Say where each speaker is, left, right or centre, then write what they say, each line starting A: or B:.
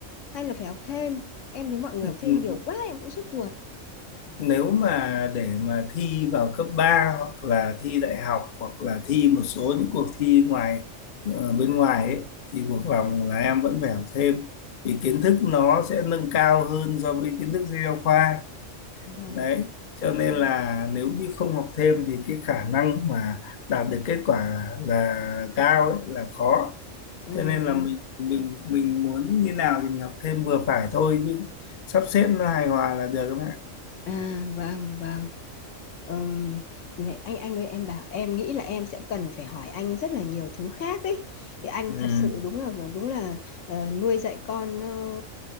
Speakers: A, on the left (about 70°); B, on the left (about 50°).
A: hay là phải học thêm em thấy mọi người
B: Ừ.
A: học thêm nhiều quá em cũng sốt ruột
B: nếu mà để mà thi vào cấp ba hoặc là thi đại học hoặc là thi một số những cuộc thi ngoài ờ, bên ngoài ấy, thì buộc lòng là em vẫn phải học thêm vì kiến thức nó sẽ nâng cao hơn so với kiến thức sách giáo khoa
A: vâng
B: đấy cho nên
A: Ừ.
B: là nếu như không học thêm thì cái khả năng mà đạt được kết quả là cao ấy, là khó
A: à, à,
B: cho nên là mình mình mình muốn như nào thì mình học thêm vừa phải thôi chứ sắp xếp nó hài hòa là được các bạn
A: à, vâng vâng Ừm, này, anh anh ơi em bảo em nghĩ là em sẽ cần phải hỏi anh rất là nhiều thứ khác ấy vì anh
B: ừ.
A: thật sự đúng là đúng là ờ, nuôi dạy con nó